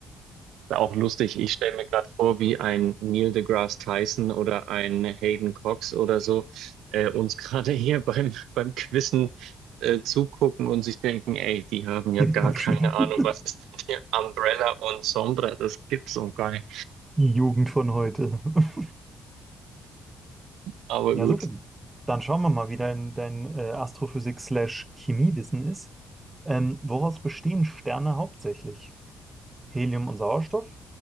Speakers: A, on the right (about 85°); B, on the right (about 15°).
A: Ist auch lustig. Ich stelle mir gerade vor, wie ein Neil deGrasse Tyson oder ein Hayden Cox oder so äh, uns <laughs> gerade hier beim, beim Quizzen äh, zugucken und sich denken, ey, die haben
B: <laughs>
A: ja
B: Den
A: gar
B: Kopf
A: keine
B: schütteln.
A: Ahnung,
B: <laughs>
A: was ist denn hier Umbrella und Sombra, das gibt's so geil.
B: Die Jugend von heute. <laughs>
A: Aber
B: Ja,
A: gut.
B: super. Dann schauen wir mal, wie dein, dein äh, Astrophysik-slash-Chemiewissen ist. Ähm, woraus bestehen Sterne hauptsächlich? Helium und Sauerstoff,